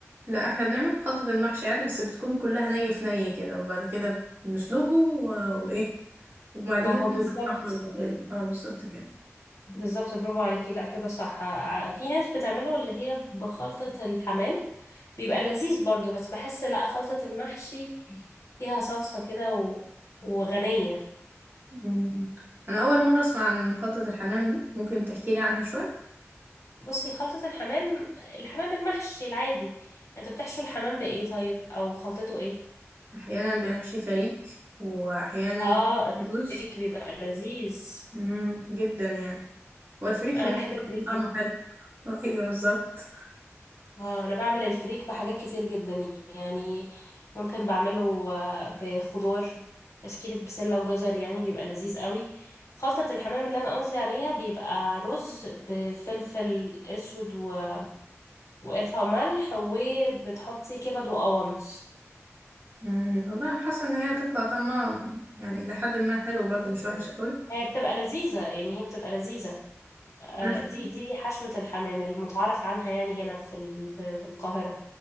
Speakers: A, on the right (about 40°); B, on the left (about 80°).
A: لا احنا بنعمله خلطة المحشي عادي بس بتكون كلها ني في ني كده وبعد كده بنسلقه و- وايه وبعد
B: ما
A: كده
B: هو
A: كمان
B: بالظبط
A: بتحمره طبعا اه بالظبط كده
B: بالظبط برافو عليكي لا كده صح ع- في ناس بتعمله اللي هي بخلطة الحمام بيبقى لذيذ برضو بس بحس لا خلطة المحشي فيها صلصة كده و... وغنية
A: مم. انا اول مره اسمع عن خلطه الحمام دي ممكن تحكي لي عنها شويه
B: بصي خلطة الحمام الحمام المحشي العادي انت بتحشو الحمام بإيه طيب او خلطته ايه
A: احيانا بنحشي فريك واحيانا
B: اه
A: بنحشي
B: الفريك
A: رز
B: بيبقى لذيذ
A: مم. جدا يعني والفريك
B: انا
A: لو
B: بحب الفريك
A: طعمه حلو <laughs> آه، ايوه بالظبط
B: اه انا بعمل الفريك بحاجات كتير جدا يعني ممكن بعمله آه، بخضار تشكيلة بسلة وجزر يعني بيبقى لذيذ قوي خلطة الحمام اللي انا قصدي عليها بيبقى رز بفلفل اسود و... وقرفة وملح وبتحطي كبد وقوانص
A: مم. والله حاسه ان هي هتطلع طعمها يعني الى حد ما حلو برضه مش وحش قوي
B: هي بتبقى لذيذة يعني هي بتبقى لذيذة آه،
A: بس
B: دي دي حشوة الحمام المتعارف عنها يعني هنا في ال- في في القاهرة